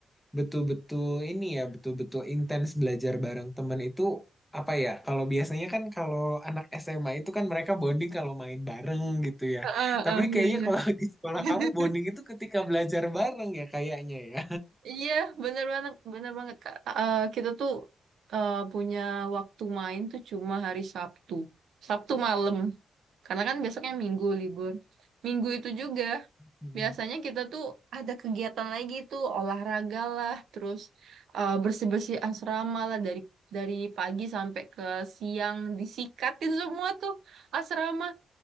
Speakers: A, in the centre; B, on the right.
A: betul-betul ini ya, betul-betul intens belajar bareng temen itu apa ya? Kalau biasanya kan kalau anak SMA itu kan mereka bonding kalau main bareng gitu ya.
B: Ah, ah,
A: Tapi
B: ah, iya,
A: kayaknya
B: iya.
A: kalau di sekolah
B: <laughs>
A: kamu bonding itu ketika belajar bareng ya kayaknya ya.
B: Iya, bener banget, bener banget Kak. Eh, eh, kita tuh eh, punya waktu main tuh cuma hari Sabtu, Sabtu malam. Karena kan besoknya Minggu libur. Minggu itu juga
A: Hmm.
B: biasanya kita tuh ada kegiatan lagi tuh olahraga lah, terus eh, bersih-bersih asrama lah dari dari pagi sampai ke siang disikatin semua tuh asrama.